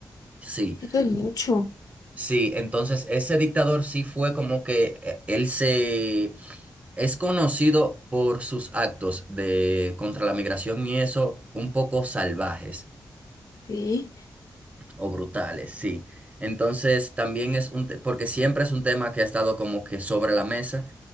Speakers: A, on the right; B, on the left.
A: Sí,
B: Eso es mucho,
A: sí, entonces ese dictador sí fue como que eh, él se... Es conocido por sus actos de contra la migración y eso, un poco salvajes.
B: sí.
A: O brutales, sí. Entonces también es un, te- porque siempre es un tema que ha estado como que sobre la mesa